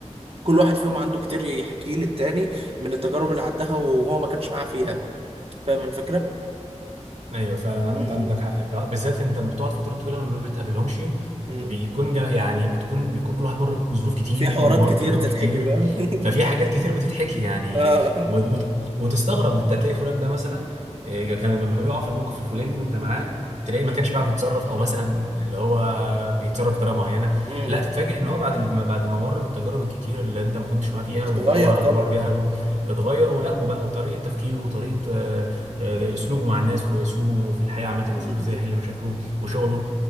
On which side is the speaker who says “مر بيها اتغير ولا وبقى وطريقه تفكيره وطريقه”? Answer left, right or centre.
Right